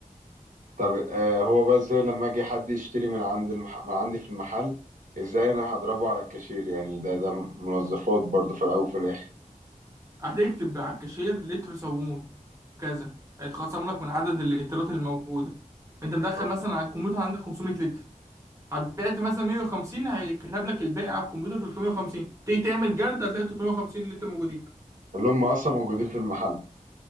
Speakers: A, on the right (about 70°); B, on the right (about 20°).
A: طب آه هو بقى ازاي لما اجي حد يشتري من عند المح... من عندي في المحل ازاي انا هضربه على الكاشير يعني ده ده منظفات برضه في الاول وفي الاخر
B: هتكتب على الكاشير لتر صابون كذا هيتخصم لك من عدد اللترات الموجودة انت مدخل
A: آه.
B: مثلا على الكمبيوتر عندك 500 لتر بعت مثلا 150 هيكتب لك الباقي على الكمبيوتر 350 تيجي تعمل جرد هتلاقي 350 لتر موجودين
A: اللي هم اصلا موجودين في المحل